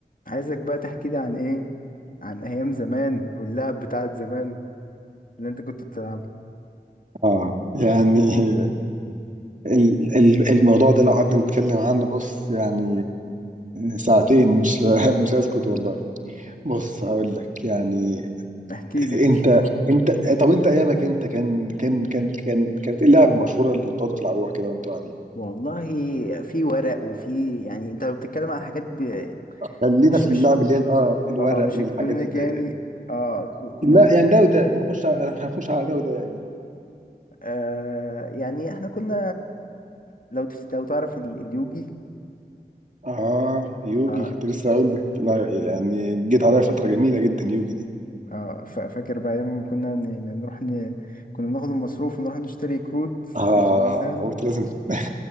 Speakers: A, on the left; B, on the right.
A: عايزك بقى تحكي لي عن ايه عن ايام زمان واللعب بتاعت زمان اللي انت كنت بتلعبها
B: اه يعني ال- ال- الموضوع ده لو قعدنا نتكلم عنه بص يعني ساعتين مش <laughs> مش هسكت والله بص هقول لك يعني
A: احكي لي
B: انت
A: كده
B: انت طب انت ايامك انت كان كان كان كان كانت ايه اللعبه المشهوره اللي بتقعدوا تلعبوها كده وانتوا قاعدين
A: والله في ورق وفي يعني انت بتتكلم عن حاجات ب...
B: خلينا
A: مش
B: في اللعب
A: مش
B: اللي هي ال- اه الورق
A: اه مش
B: والحاجات
A: الكترونيك
B: اللي
A: يعني
B: هي
A: اه ك- كنا
B: لا
A: من-
B: يعني ده وده هنخش على هنخش على ده وده يعني
A: آه يعني احنا كنا لو تف... لو تعرف ال- اليوجي
B: اه يوجي
A: اه
B: كنت لسه هقول لك لا يعني جيت عليا فتره جميله جدا يوجي دي
A: اه فا- فاكر بقى ايام ما كنا ن- ن- نروح ن... كنا بناخد المصروف ونروح نشتري كروت
B: اه
A: منها
B: قلت لازم <laughs>